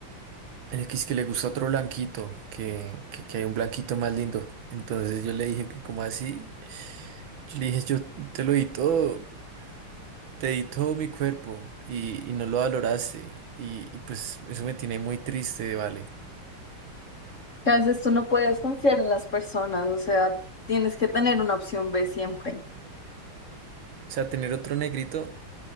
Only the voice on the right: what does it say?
el que es que le gusta otro blanquito, que, que, que hay un blanquito más lindo. Entonces yo le dije que como así, yo le dije yo te lo di todo. Te di todo mi cuerpo y, y no lo valoraste. Y, y pues eso me tiene muy triste, Vale.
O sea, tener otro negrito,